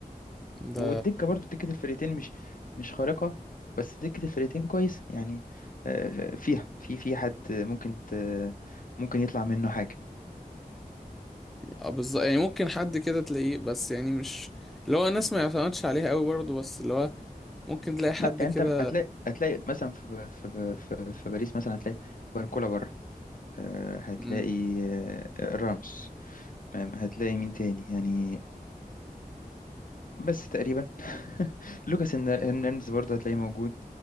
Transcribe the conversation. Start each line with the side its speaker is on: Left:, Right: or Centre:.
Centre: ده
Left: والدكة برضو دكة الفرقتين مش مش خارقة بس دكة الفرقتين كويس يعني آه، فيها في في حد ممكن ت- ممكن يطلع منه حاجة
Centre: اه بالظبط يعني ممكن حد كده تلاقيه بس يعني مش اللي هو الناس ما يعتمدش عليها قوي برضه بس اللي هو ممكن تلاقي حد
Left: لا يعني
Centre: كده
Left: انت هتلاقي هتلاقي مثلا في في في, في باريس مثلا هتلاقي باركولا بره آه، هتلاقي
Centre: مم،
Left: آه، رامس آه، هتلاقي مين تاني يعني بس تقريبا <laughs> لوكاس هن- هرنانديز برضه هتلاقيه موجود